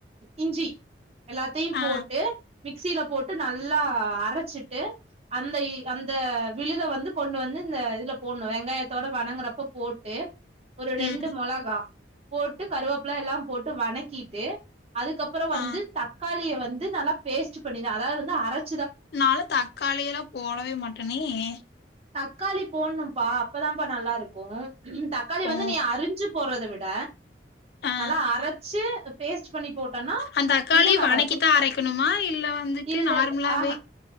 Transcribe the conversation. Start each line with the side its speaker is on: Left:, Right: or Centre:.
Right: இஞ்சி எல்லாத்தையு
Left: ஆ
Right: போட்டு மிக்ஸில போட்டு நல்லா அரச்சிட்டு அந்த அந்த விழுத வந்து கொண்டு வந்து இந்த இதுல போட்ணு வெங்காயத்தோட வணங்குறப்ப போட்டு ஒரு ரெண்டு
Left: ம்
Right: மொளகா போட்டு கருவப்ல எல்லா போட்டு வணக்கீட்டு அதுக்கப்பறோ வந்து
Left: ஆ
Right: தக்காளிய வந்து நல்லா பேஸ்ட்டு பண்ணிதா அதாது வந்து அரச்
Left: நாலா தக்காளி எல்லா போடவே மாட்டேனே ஏ
Right: தக்காளி போட்ணும்ப்பா அப்பதாம்ப்பா நல்லா இருக்கு தக்காளி வந்து
Left: ஓ
Right: நீ அறிஞ்சு போட்றத விட
Left: ஆ
Right: ட நல்லா அரச்சு இ பேஸ்ட் பண்ணி போட்டோன்னா
Left: அந்த தக்காளி
Right: இன்னு நல்லா
Left: வணக்கித்தான்
Right: இருக்கு
Left: அரைக்கணுமா இல்ல வந்துட்டு
Right: இல்ல
Left: நார்மலாவே
Right: ஆஹ